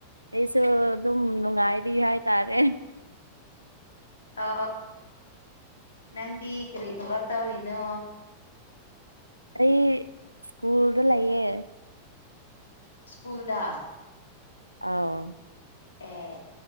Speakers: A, on the right; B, on the left.
A: ꯑꯩꯁꯨ ꯑꯗꯨꯝ ꯅꯨꯡꯉꯥꯏꯔꯤ ꯍꯥꯏꯇꯥꯔꯦ
B: ꯑ ꯅꯪꯗꯤ ꯀꯔꯤ ꯊꯕꯛ ꯇꯧꯔꯤꯅꯣ
A: ꯑꯩ ꯁ꯭ꯀꯨꯜꯗ ꯂꯩꯌꯦ
B: ꯁ꯭ꯀꯨꯜꯗ
A: ꯑꯥꯎ
B: ꯑꯦ